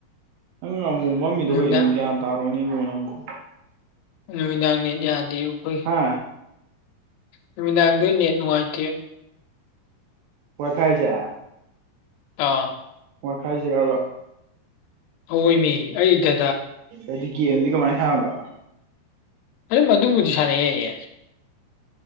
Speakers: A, on the right; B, on the left.
A: ꯅꯪ ꯑꯃꯨꯛ ꯃꯝꯃꯤꯗꯣ
B: ꯅꯨꯃꯤꯗꯥꯡ
A: ꯀꯩꯅꯣ ꯒ꯭ꯌꯥꯟ ꯇꯥꯕ ꯣꯅꯤ ꯐꯅꯝꯕ
B: ꯅꯨꯃꯤꯗꯥꯡꯅꯦ ꯌꯥꯗꯦ ꯎꯈꯣꯏ
A: ꯍꯥ
B: ꯅꯨꯃꯤꯗꯥꯡꯗꯅꯦ ꯅꯨꯡꯉꯥꯏꯇꯦꯌꯨ
A: ꯀꯊꯥꯏꯖ
B: ꯑꯥ
A: ꯄꯈꯥꯏꯁꯤꯔꯔꯕ
B: ꯍꯑꯣꯏ ꯃꯤ ꯑꯩꯗ
A: ꯑꯗꯨꯗꯤ ꯒꯦꯝꯗꯤ ꯀꯃꯥꯏꯅ ꯁꯥꯕ
B: ꯑꯗꯨ ꯃꯗꯨꯕꯨꯗꯤ ꯁꯥꯟꯅꯩꯌꯦꯌꯦ